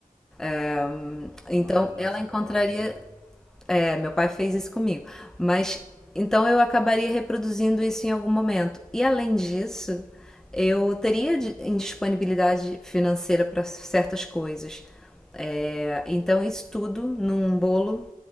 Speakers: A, in the centre; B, on the right.
A: É, então
B: Ah, nossa,
A: ela encontraria.
B: é algo que eu não.
A: É, meu pai fez isso comigo. Mas então eu acabaria reproduzindo isso em algum momento. E além disso, eu teria indisponibilidade financeira para certas coisas. É, então isso tudo num bolo